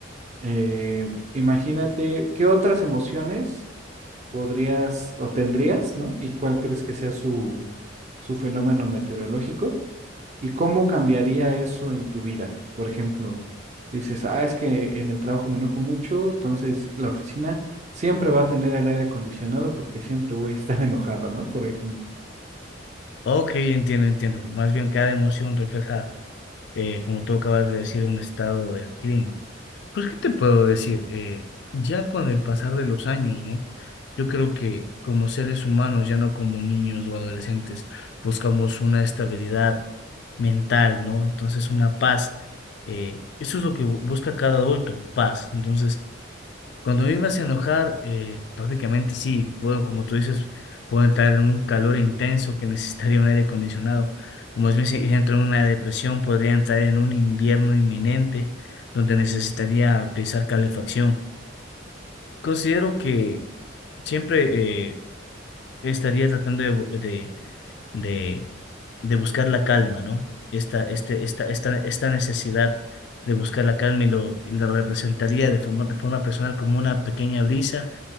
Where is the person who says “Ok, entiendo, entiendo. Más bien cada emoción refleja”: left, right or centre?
Left